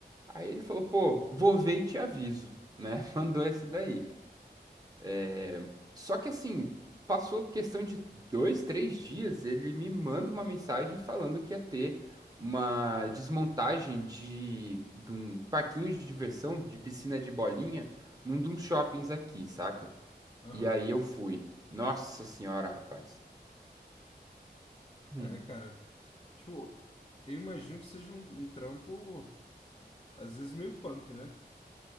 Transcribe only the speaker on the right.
Aí ele falou, pô, vou ver e te aviso, né? <laughs> Mandou essa daí. É, Só que assim, passou questão de dois, três dias, ele me manda uma mensagem falando que ia ter uma desmontagem de, de um parquinho de diversão, de piscina de bolinha, num de uns shoppings aqui, saca?
E aí eu fui. Nossa senhora, rapaz. Hum.